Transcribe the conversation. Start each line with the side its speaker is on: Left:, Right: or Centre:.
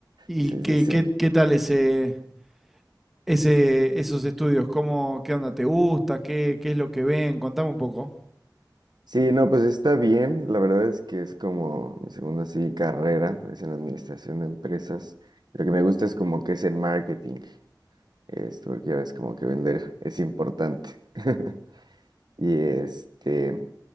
Centre: ¿Y
Right: Sí,
Centre: qué,
Right: sí, sí.
Centre: qué, qué tal ese, ese, esos estudios? ¿Cómo, qué onda te gusta? ¿Qué, qué es lo que ven? Contame un poco.
Right: Sí, no, pues está bien. La verdad es que es como mi segunda sí, carrera, es en administración de empresas. Lo que me gusta es como que es en marketing, esto, porque ya ves como que vender es importante. <laughs> Y este,